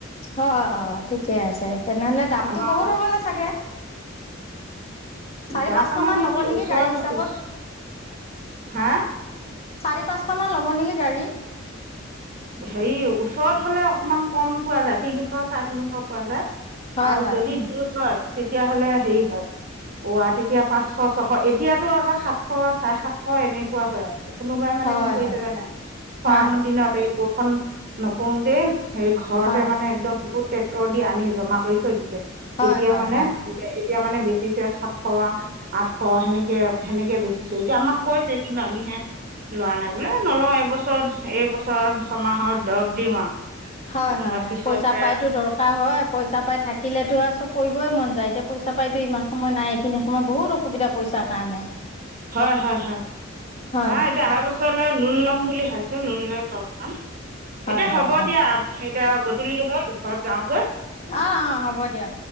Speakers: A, on the left (about 35°); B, on the right (about 45°).
A: হয়। অঁ ঠিকে আছে তেনেহ'লে দামটো
B: আমাৰ
A: বহুত হ'বলা চাগে? চাৰি
B: দাম
A: পাঁচশ
B: মানে
A: মান ল'ব
B: কি
A: নেকি
B: ওচৰত
A: গাড়ী হিচাপত
B: ওচৰ, হা?
A: চাৰি পাঁচশ মান ল'ব নেকি গাড়ী
B: হেৰি ওচৰত হ'লে অকমান কম পোৱা যায়। তিনিশ চাৰে তিনিশ পোৱা যায়।
A: হয়
B: আৰু
A: হয়
B: যদি দূৰ হয় তেতিয়াহ'লে হেৰি হয়। অ'আ তেতিয়া পাচশ, ছশ এতিয়াতো সাতশ, চাৰে সাতশ এনেকোৱা হৈ আছে। কোনোবাই মানে
A: হয়
B: কি কৰিছে
A: হয়
B: জানা খৰাঙৰ
A: হয়
B: দিনত এই বৰষুণ নপৰোতে সেই ঘৰতে
A: হয়
B: মানে একদম বহুত ট্ৰেক্টৰ দি আনি জমা কৰি থৈ দিছে।
A: হয়
B: এতিয়া
A: হয়
B: মানে
A: হয়
B: এতিয়া মানে বেচিছে সাতশ, আঠশ সেনেকে, সেনেকে বেচিছে এতিয়া আমাক কৈছে কিন্তু আমি হে লোৱা নাই বোলো এ নলও এইবছৰ এইবছৰ ছমাহত দৰব দিও আৰু।
A: হয়,
B: উম
A: হয়, হয়
B: পিছতহে
A: পইচা পাইতো দৰকাৰ হয় পইচা পাই থাকিলেতো আৰু চব কৰিবই মন যায় এতিয়া পইচা এতিয়া ইমান সময় নাই এইখিনি তোমাৰ বহুত অসুবিধা পইচাৰ কাৰণে।
B: হয়, হয়, হয়,
A: হয়
B: নাই এতিয়া অহা বছৰলৈ লোণ লম বুলি ভাবিছোঁ লোন লয় ঘৰ বনাম।
A: হয়
B: এতিয়া হ'ব
A: হয় হয়
B: দিয়া এতিয়া গধূলি হ'ল। ঘৰত যাওঁ গৈ।
A: অ', অ', হ'ব দিয়া।